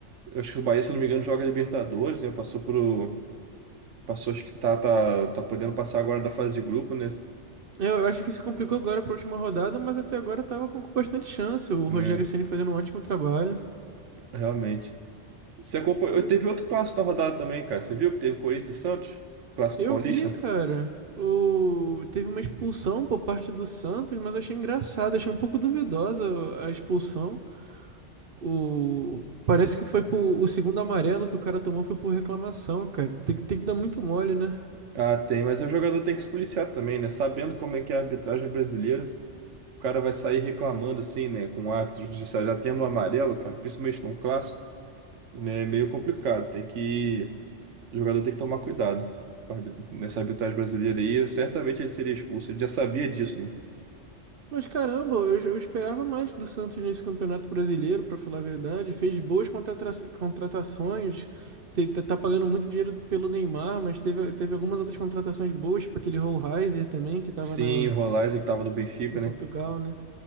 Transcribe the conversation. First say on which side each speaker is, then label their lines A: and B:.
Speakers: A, on the right (about 80°); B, on the right (about 55°).
A: Eu acho que o Bahia, se eu não me engano, joga Libertadores, né? Passou pro. Passou, acho que tá, tá, tá podendo passar agora da fase de grupo, né?
B: Eu acho que se complicou agora para última rodada, mas até agora tava com com bastante chance. O
A: Né?
B: Rogério Ceni fazendo um ótimo trabalho.
A: Realmente. Você acompanhou.
B: O
A: Teve outro clássico da rodada também, cara. Você viu que teve Corinthians e Santos? Clássico
B: Eu
A: paulista?
B: via, cara. O... Teve uma expulsão por parte do Santos, mas eu achei engraçado, achei um pouco duvidosa a expulsão. O... Parece que foi por... o segundo amarelo que o cara tomou foi por reclamação, cara. Tem, que- tem que dar muito mole, né?
A: Ah, tem, mas o jogador tem que se policiar também, né? Sabendo como é que é a arbitragem brasileira, o cara vai sair reclamando assim, né? Com o árbitro judicial já tendo um amarelo, cara, principalmente num clássico, né? É meio complicado. Tem que. O jogador tem que tomar cuidado. com a arbi- Nessa arbitragem brasileira aí, certamente ele seria expulso. Ele já sabia disso, né?
B: Mas caramba, eu, eu esperava mais do Santos nesse Campeonato Brasileiro, pra falar a verdade. Fez boas contratra- contratações, te- tá, tá pagando muito dinheiro pelo Neymar, mas teve, teve algumas outras contratações boas, tipo aquele Hohlheiser também, que tava
A: Sim,
B: na...
A: o Rolaisen que tava no Benfica,
B: em
A: né?
B: Portugal, né?